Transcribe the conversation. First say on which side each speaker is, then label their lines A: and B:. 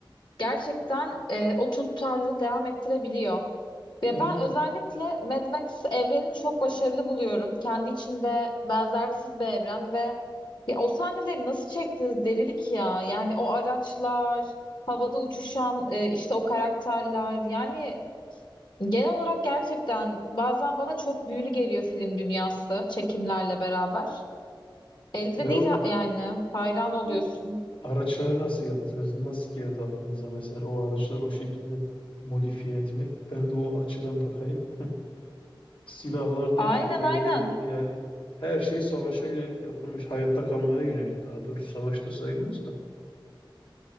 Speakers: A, on the left (about 60°); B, on the left (about 75°).
A: Gerçekten e, o tutarlılığı devam ettirebiliyor. Ve
B: Evet
A: ben özellikle Mad Max evrenini çok başarılı buluyorum. Kendi içinde benzersiz bir evren ve ya o sahneleri nasıl çektiniz delilik ya. Yani o araçlar, havada uçuşan e, işte o karakterler. Yani genel olarak gerçekten bazen bana çok büyülü geliyor film dünyası çekimlerle beraber. Elde
B: ve
A: değil
B: o,
A: ha- yani hayran oluyorsun.
B: o araçları nasıl yaptınız? Nasıl geldi aklınıza mesela o araçları o şekilde modifiye etmek? Ben de o açıdan bakayım. <laughs> silahlardır,
A: Aynen
B: tekerleridir
A: aynen.
B: yani her şey savaşa yönelik yapılmış. Hayatta kalmaya yönelik daha doğrusu savaşta sayılmaz da.